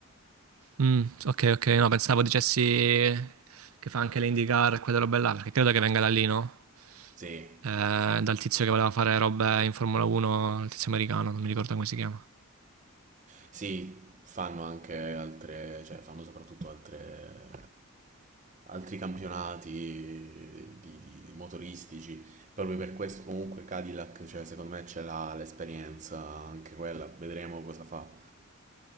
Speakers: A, on the right; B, on the right.
A: Mm, ok, ok, no, pensavo dicessi che fa anche le IndyCar e quelle robe là, perché credo che venga da lì, no?
B: Sì,
A: Eh, dal tizio che voleva fare robe in Formula 1, il tizio americano, non mi ricordo come si chiama.
B: sì, fanno anche altre, cioè fanno soprattutto altre, altri campionati di, di motoristici. Proprio per questo comunque Cadillac, cioè, secondo me ce l'ha l'esperienza anche quella, vedremo cosa fa.